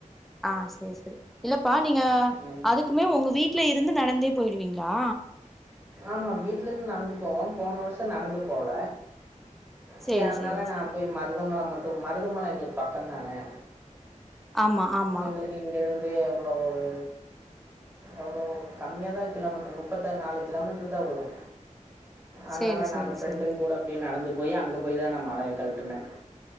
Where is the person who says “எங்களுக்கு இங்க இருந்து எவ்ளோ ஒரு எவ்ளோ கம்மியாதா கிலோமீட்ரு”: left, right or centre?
Right